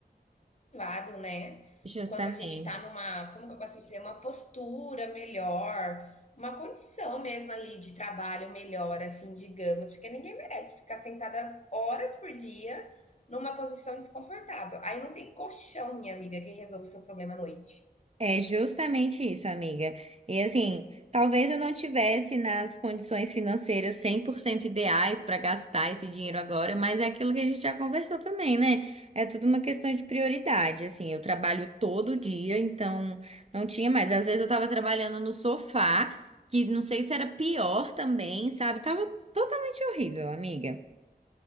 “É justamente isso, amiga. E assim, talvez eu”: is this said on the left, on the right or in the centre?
Right